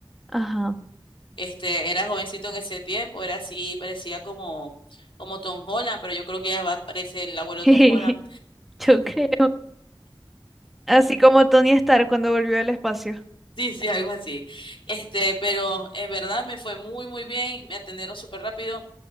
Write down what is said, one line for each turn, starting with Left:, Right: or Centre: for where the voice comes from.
Centre: ajá.
Left: Este, era jovencito en ese tiempo, era así, parecía como, como Tom Holland, pero yo creo que ya va, a parecer el abuelo de
Centre: <laughs>
Left: Tom Holland.
Centre: Yo creo. Así como Tony Stark cuando volvió al espacio.
Left: Sí, sí, algo así. Este, pero en verdad me fue muy, muy bien, me atendieron súper rápido.